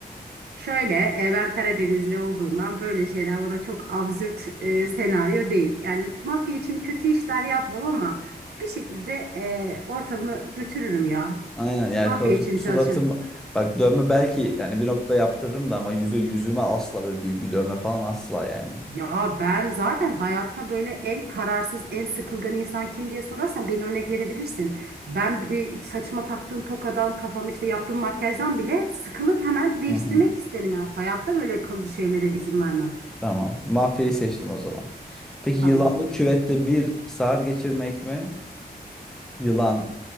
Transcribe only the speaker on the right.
Şöyle e, ben Karadenizli olduğumdan böyle şeyler bana çok absürt e, senaryo değil. Yani mafya için kötü işler yapmam ama bir şekilde e, ortamı götürürüm ya.
Mafya
için
çalışırım.
Ya ben zaten hayatta böyle en kararsız, en sıkılgan insan kim diye sorarsan beni örnek verebilirsin. Ben bir saçıma taktığım tokadan, kafam işte yaptığım makyajdan bile sıkılıp hemen değiştirmek
isterim. Yani hayatta böyle kalıcı şeylere izin vermem
tabii
ki.